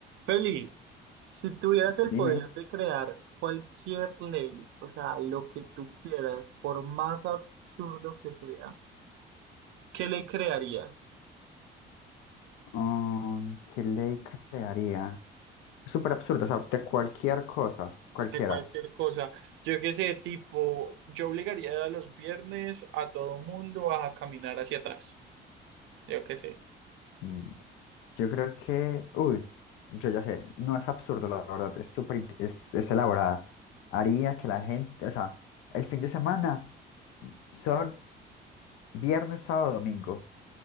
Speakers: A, on the right; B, on the left.
A: Feli, si tuvieras el
B: Dime,
A: poder de crear cualquier ley, o sea, lo que tú quieras, por más absurdo que sea, ¿qué ley crearías?
B: um, ¿qué ley crearía? Es súper absurdo, o sea, de cualquier cosa, cualquiera.
A: De cualquier cosa. Yo qué sé, tipo, yo obligaría a los viernes a todo mundo a caminar hacia atrás. Yo qué sé.
B: Mm, Yo creo que, uy, yo ya sé, no es absurdo, la verdad, es súper, int- es, es elaborada. Haría que la gente, o sea, el fin de semana son viernes, sábado, domingo.